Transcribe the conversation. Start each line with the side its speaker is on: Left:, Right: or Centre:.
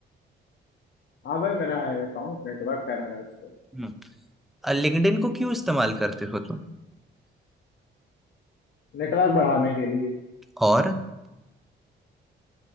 Left: हाँ भाई मेरा है अकाउंट नेटवर्क है मेरा उस पर
Centre: हम्म लिंक्डइन को क्यों इस्तेमाल करते हो तुम
Left: नेटवर्क बढ़ाने के लिए
Centre: और